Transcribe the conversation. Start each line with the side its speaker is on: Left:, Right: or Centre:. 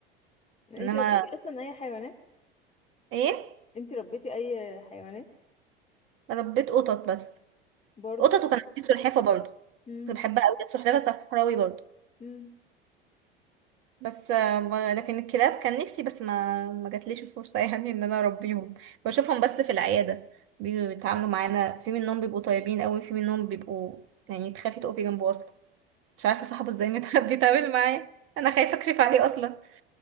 Left: انت
Right: انما
Left: ربيتي اصلا اي حيوانات
Right: ايه
Left: انتي ربيتي اي حيوانات
Right: ربيت قطط بس
Left: برضو
Right: قطط وكان عندي سلحفة برضه
Left: امم
Right: كنت بحبها قوي كانت سلحفة صحراوي برضه
Left: امم
Right: بس آه، ما- لكن الكلاب كان نفسي بس ما ما جاتليش الفرصة <laughs> يعني ان انا اربيهم بشوفهم بس في العيادة بيجوا يتعاملوا معانا في منهم بيبقوا طيبين قوي في منهم بيبقوا يعني تخافي تقفي جنبه اصلا مش عارفة صاحبه ازاي <laughs> متعب بيتعامل معايا انا خايفة اكشف عليه اصلا